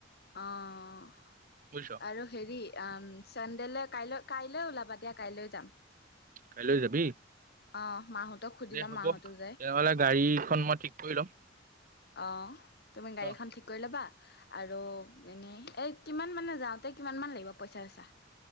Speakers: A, on the left; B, on the right.
A: অ',
B: বুজিছ
A: আৰু হেৰি, আম চেন্দেলে কাইলৈ কাইলৈ ওলাবা দিয়া, কাইলৈ যাম।
B: কাইলৈ যাবি?
A: অহ, মাহঁতক সুধি
B: দে
A: লম
B: হ'ব
A: মাহঁতো যায়,
B: তেনেহ'লে গাড়ীখন মই ঠিক কৰি ল'ম
A: অহ, তুমি গাড়ীখন
B: অ
A: ঠিক কৰি ল'বা। আৰু এনেই এ কিমান মানে যাওঁতে কিমান মান লাগিব পইচা চইচা?